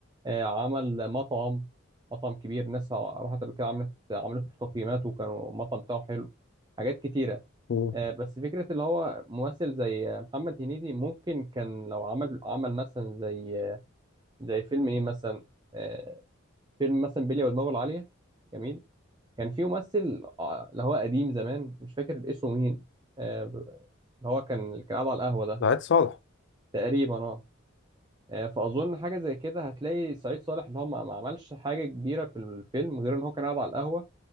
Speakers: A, on the right; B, on the left.
A: آه، عمل مطعم مطعم كبير ناس راحت قبل كده عملت عملت له تقييمات وكانوا المطعم بتاعه حلو حاجات كتيرة
B: مم.
A: آه، بس فكرة اللي هو ممثل زي محمد هنيدي ممكن كان لو عمل عمل مثلا زي زي فيلم ايه مثلا آه، فيلم مثلا بلية ودماغه العالية جميل كان في ممثل آه، اللي هو قديم زمان مش فاكر اسمه مين آه، ب- اللي هو كان اللي كان قاعد على القهوة ده
B: سعيد صالح
A: تقريبا اه آه، فأظن حاجة زي كده هتلاقي سعيد صالح اللي هو ما ما عملش حاجة كبيرة في الفيلم غير إن هو كان قاعد على القهوة